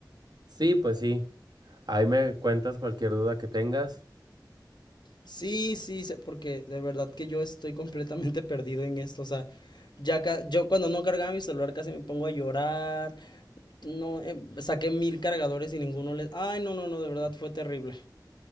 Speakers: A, on the right (about 70°); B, on the left (about 75°).
A: Sí, pues sí. Ahí me cuentas cualquier duda que tengas.
B: Sí, sí, sé- porque de verdad que yo estoy completamente <laughs> perdido en esto, o sea, ya ca- yo cuando no cargaba mi celular casi me pongo a llorar, no, em, saqué mil cargadores y ninguno les... Ay, no, no, no, de verdad fue terrible.